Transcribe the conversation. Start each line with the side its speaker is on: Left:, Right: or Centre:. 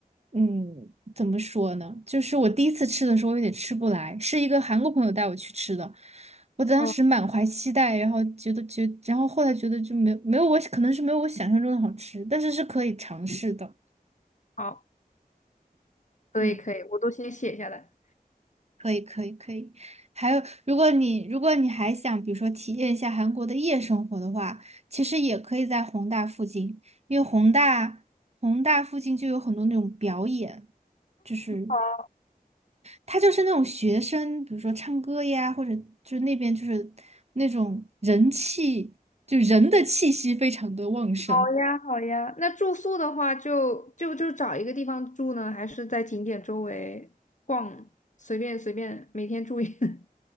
Right: 嗯，怎么说呢？就是我第一次吃的时候有点吃不来，是一个韩国朋友带我去吃的，我当时满怀期待，
Left: 哦，
Right: 然后觉得觉，然后后来觉得就没有没有我可能是没有我想象中的好吃，但是是可以尝试的，
Left: 好，可以可以，
Right: 嗯。
Left: 我都先写下来。
Right: 可以，可以，可以。还有，如果你如果你还想，比如说体验一下韩国的夜生活的话，其实也可以在弘大附近，因为弘大弘大附近就有很多那种表演，就是
Left: 好，
Right: 它就是那种学生，比如说唱歌呀，或者就是那边就是那种人气，就人的气息非常的旺盛。
Left: 好呀好呀。那住宿的话就，就就找一个地方住呢，还是在景点周围逛，随便随便，每天住一。<laughs>